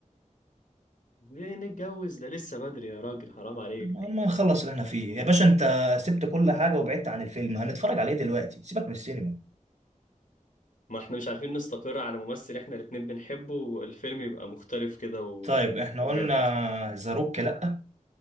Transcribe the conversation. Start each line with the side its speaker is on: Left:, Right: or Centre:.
Left: ليه نتجوز ده لسه بدري يا راجل حرام عليك
Right: اما نخلص اللي احنا فيه يا باشا انت سبت كل حاجة وبعدت عن الفيلم هنتفرج عليه دلوقتي سيبك من السينما
Left: ما احنا مش عارفين نستقر على ممثل احنا الاتنين بنحبه والفيلم يبقى مختلف كده و...
Right: طيب احنا
Left: وجامد
Right: قلنا ذا روك لا